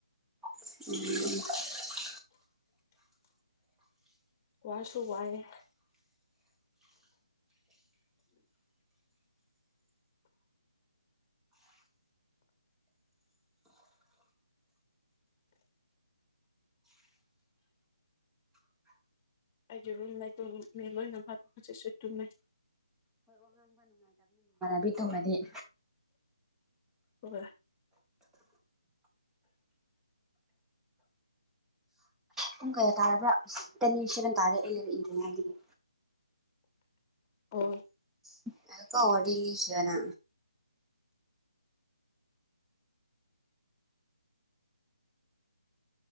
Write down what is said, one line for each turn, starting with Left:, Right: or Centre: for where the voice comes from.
Centre: ꯎꯝ
Left: ꯋꯥꯁꯨ ꯋꯥꯏ ꯎꯝ ꯑꯩꯒꯤ ꯔꯨꯝ ꯂꯩ ꯇꯨꯝꯃꯤ ꯂꯣꯏꯅꯁꯠꯁꯨ ꯆꯨꯝꯃꯦ
Centre: ꯕꯤ ꯇꯧꯅꯗꯤ
Left: ꯋꯥ
Centre: ꯄꯨꯡ ꯀꯌꯥ ꯇꯥꯔꯕ꯭ꯔꯥ ꯑꯁ ꯇꯦꯟ ꯁꯚꯦꯟ ꯇꯥꯔꯦ ꯑꯩ ꯂꯩꯔꯛꯏꯗ꯭ꯔꯦꯉꯗꯒꯤ
Left: ꯑꯣ
Centre: ꯑ ꯀ ꯑꯣ ꯋꯥꯔꯤ ꯂꯈꯤꯕꯅ